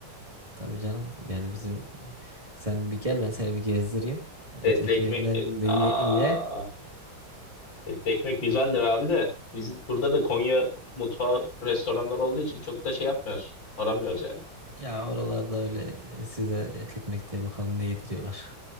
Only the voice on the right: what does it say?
Tabii canım yani bizim sen bir gel ben seni bir gezdireyim. Etli
ekmeğinden
de ye.
ye.
Ya oralarda öyle e, size etli ekmek diye bakalım ne yediriyorlar.